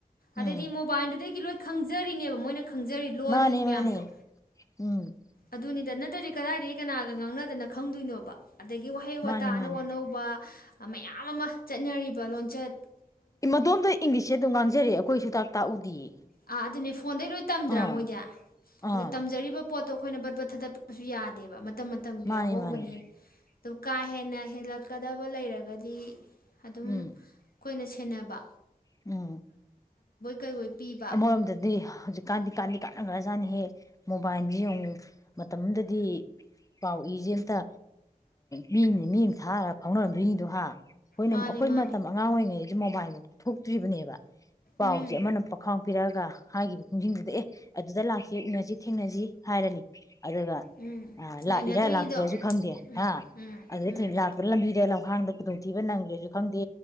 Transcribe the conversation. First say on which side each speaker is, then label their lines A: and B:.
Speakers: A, on the left; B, on the left.
A: ꯑꯗꯗꯤ
B: ꯎꯝ
A: ꯃꯣꯕꯥꯏꯟꯗꯗ ꯀꯤꯂꯣ ꯈꯪꯖꯔꯤꯅꯦꯕ ꯃꯣꯏꯅ ꯈꯪꯖꯔꯤ ꯂꯣꯜꯂꯤ
B: ꯃꯥꯅꯦ
A: ꯃꯌꯥꯝꯗꯣ
B: ꯃꯥꯅꯦ ꯎꯝ
A: ꯑꯗꯨꯅꯤꯗ ꯅ ꯅꯠꯇꯗꯤ ꯀꯗꯥꯏꯗꯒꯤ ꯀꯅꯥꯒ ꯉꯥꯡꯅꯗꯅ ꯈꯪꯗꯣꯏꯅꯣꯕ ꯑꯗꯒꯤ ꯋꯥꯍꯩ
B: ꯃꯥꯅꯦ
A: ꯇ ꯑꯅꯧ
B: ꯃꯥꯅꯦ
A: ꯑꯅꯧꯕ ꯃꯌꯥꯝ ꯑꯃ ꯆꯠꯅꯔꯤꯕ ꯂꯣꯟ ꯆꯠ
B: ꯃꯇꯗꯣꯝꯗ ꯏꯪꯂꯤꯁꯁꯦ ꯑꯗꯨꯝ ꯉꯥꯡꯖꯔꯛꯑꯦ ꯑꯩꯈꯣꯏ ꯁꯇꯥꯛ ꯇꯥꯛꯎꯗꯤꯌꯦ
A: ꯑꯥ ꯑꯗꯨꯅꯦ ꯐꯣꯟꯗꯩ ꯂꯣꯏ ꯇꯝꯗ꯭ꯔꯥ
B: ꯑꯥ
A: ꯃꯣꯏꯗꯤ
B: ꯑꯥ
A: ꯑꯗꯣ ꯇꯝꯖꯔꯤꯕ ꯄꯣꯠ ꯑꯩꯈꯣꯏꯅ ꯕꯠ ꯕ ꯊꯥꯗꯠꯄꯁꯨ ꯌꯥꯗꯦꯕ ꯃꯇꯝ ꯃꯇꯝꯒꯤ
B: ꯃꯥꯅꯦ
A: ꯑꯍꯣꯡꯕꯅꯤ
B: ꯃꯥꯅꯦ
A: ꯑꯗꯨ ꯀꯥꯏ ꯍꯦꯟꯅ ꯍꯦꯂꯛ ꯆꯠꯀꯗꯕ ꯂꯩꯔꯒꯗꯤ ꯑꯗꯨꯝ
B: ꯎꯝ
A: ꯑꯩꯈꯣꯏꯅ ꯈꯦꯟꯅꯅꯕ
B: ꯎꯝ
A: ꯀꯩꯑꯣꯏ ꯄꯤꯕ
B: ꯑꯃꯔꯣꯝꯗꯗꯤ ꯍꯧꯖꯤꯛꯀꯥꯟꯗꯤ ꯀꯥꯟꯗꯤ ꯀ ꯑꯖꯥꯅꯤ ꯍꯦꯛ ꯃꯣꯕꯥꯏꯜꯗꯨ ꯌꯦꯡ ꯃꯇꯝꯗꯗꯤ ꯄꯥꯎ ꯏꯖꯦ ꯑꯝꯇ ꯃꯤ ꯑꯃ ꯃꯤ ꯑꯃ ꯊꯥꯔꯒ ꯐꯥꯎꯅꯔꯝꯗꯣꯏꯅꯤꯗꯣ ꯍꯥ ꯑꯩꯈꯣꯏꯅ
A: ꯃꯥꯅꯦ
B: ꯑꯩꯈꯣꯏ
A: ꯃꯥꯅꯦ
B: ꯃꯇꯝ ꯑꯉꯥꯡ ꯑꯣꯏꯔꯤꯉꯩ ꯃꯣꯕꯥꯏꯜ ꯊꯣꯛꯇ꯭ꯔꯤꯕꯅꯦꯕ ꯄꯥꯎꯁꯦ
A: ꯎꯝ
B: ꯑꯃꯅ ꯄꯥꯈꯥꯎ ꯄꯤꯔꯛꯑꯒ ꯍꯥꯏꯈꯤꯕ ꯄꯨꯡꯁꯤꯡꯗꯨꯗ ꯑꯦ ꯑꯗꯨꯗ ꯂꯥꯛꯁꯤ ꯎꯅꯁꯤ ꯊꯦꯡꯅꯁꯤ ꯍꯥꯏꯔꯅꯤ ꯑꯗꯨꯒ
A: ꯎꯝ ꯉꯥꯏꯅꯗꯣꯏꯅꯤꯗꯣ
B: ꯂꯥꯛꯏꯔꯥ ꯂꯥꯛꯇꯔꯥꯁꯨ ꯈꯪꯗꯦ
A: ꯎꯝ
B: ꯍꯥ
A: ꯎꯝ
B: ꯑꯗꯨꯗ
A: ꯎꯝ
B: ꯊ ꯂꯥꯛꯄꯅ ꯂꯝꯕꯤꯗ ꯂꯝꯈꯥꯡꯗ ꯈꯨꯗꯣꯡ ꯊꯤꯕ ꯅꯪ꯭ꯔꯦꯁꯨ ꯈꯪꯗꯦ